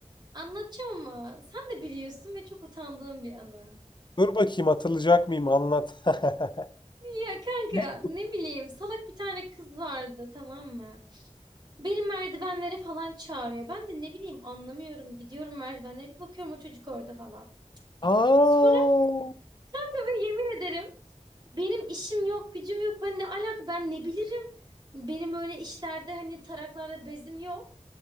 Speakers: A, on the right; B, on the left.
A: anlatacağım ama sen de biliyorsun ve çok utandığım bir anı.
B: Dur bakayım hatırlayacak mıyım anlat. <laughs>
A: Ya kanka
B: Ne?
A: ne bileyim salak bir tane kız vardı tamam mı? Beni merdivenlere falan çağırıyor. Ben de ne bileyim anlamıyorum. Gidiyorum merdivenlere bir bakıyorum o çocuk orada falan.
B: Aa,
A: Sonra kanka ve yemin ederim benim işim yok gücüm yok. Ben ne alaka ben ne bilirim. Benim öyle işlerde hani taraklarda bezim yok.